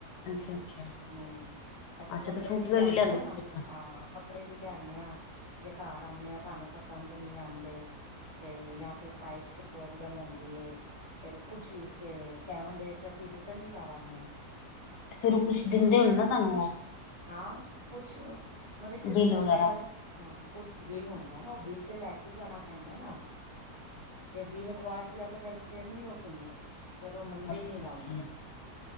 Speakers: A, on the left (about 85°); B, on the right (about 35°).
A: ਅੱਛਾ ਅੱਛਾ।
B: ਹਮ, ਅਸੀਂ
A: ਅੱਛਾ
B: ਕੱਪੜੇ
A: ਤੇ ਫੁੱਟਵੇਅਰ
B: ਵੀ ਲਿਆਦੇ
A: ਲਿਆਂਦੇ
B: ਹਾਂ
A: ਤੁਸੀਂ
B: ਨਾ,
A: ਇੱਥੋਂ।
B: ਹਾਂ। ਕੱਪੜੇ ਵੀ ਲਿਆਦੇ ਹਾਂ, ਜੇ ਘਰ ਆਉਂਦੇ ਹਾਂ, ਸਾਨੂੰ ਪਸੰਦ ਨੀ ਆਂਦੇ, ਤੇ ਜਾਂ ਫੇਰ ਸਾਈਜ਼ ਚ ਪ੍ਰੋਬਲਮ ਹੁੰਦੀ ਹੈ ਫੇਰ ਕੁਛ ਨੀ ਤੇ ਸੈਵਨ ਡੇਜ਼ ਚ ਅਸੀ ਰਿਟਨ ਵੀ ਕਰ ਆਨੇ ਆਂ।
A: ਫੇਰ ਓ ਕੁਛ ਦਿੰਦੇ ਹੋਣੇ ਨਾ ਤੁਆਨੂੰ ਓ
B: ਹਾਂ, ਕੁਛ ਅ ਮਤਲਬ ਕੁਛ
A: ਬਿੱਲ
B: ਮੁੱਲਾਂ
A: ਵਗੈਰਾ
B: ਦਾ ਏ ਹਾਂ ਕੁੱਛ ਬਿੱਲ ਹੁੰਦਾ ਨਾ ਓ ਬਿੱਲ ਤੇ ਲੈ ਕੇ ਈ ਜਾਣਾ ਪੈਂਦਾ ਐ ਨਾ, ਜੇ ਬਿਲ ਗਵਾਚ ਗਿਆ ਤੇ ਫੇਰ-ਫੇਰ ਨੀ ਓ ਸੁਣਦੇ, ਫੇਰ ਓ ਮੰਨਦੇ
A: ਅੱਛਾ
B: ਈ ਨੀ ਗੱਲ
A: ਅੱਛਾ
B: ਨੂੰ